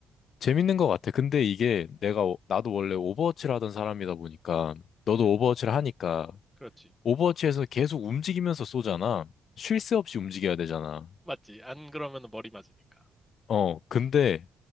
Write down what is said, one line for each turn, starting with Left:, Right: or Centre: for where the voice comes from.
Left: 재밌는 것 같아. 근데 이게 내가, 오- 나도 원래 오버워치를 하던 사람이다 보니까, 너도
Centre: 음
Left: 오버워치를 하니까
Centre: 그렇지
Left: 오버워치에서 계속 움직이면서 쏘잖아. 쉴 새 없이 움직여야 되잖아.
Centre: 맞지? 안 그러면 머리 맞으니까.
Left: 어, 근데,